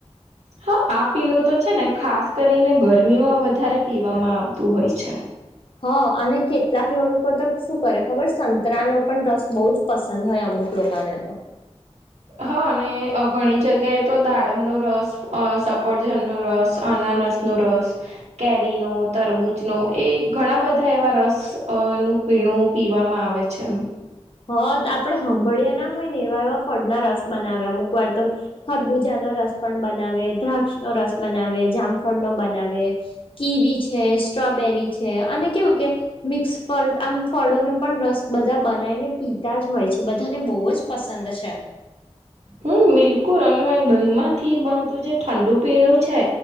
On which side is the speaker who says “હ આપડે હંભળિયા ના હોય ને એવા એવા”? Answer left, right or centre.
Left